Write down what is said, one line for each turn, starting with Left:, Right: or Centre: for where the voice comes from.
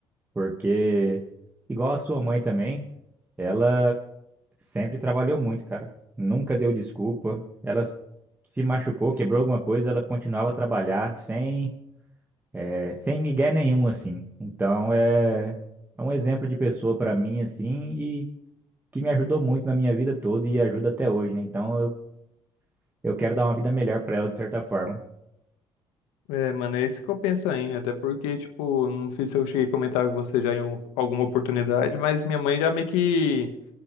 Right: Porque, igual a sua mãe também, ela. Sempre trabalhou muito, cara. Nunca deu desculpa. Ela se machucou, quebrou alguma coisa, ela continuava a trabalhar sem, é, sem migué nenhum, assim. Então é, é um exemplo de pessoa pra mim, assim, e que me ajudou muito na minha vida toda e ajuda até hoje, né? Então eu, eu quero dar uma vida melhor pra ela, de certa forma.
Left: É, mano, é isso que eu penso aí, até porque, tipo, não sei se eu cheguei a comentar com você já em um- alguma oportunidade, mas minha mãe já meio que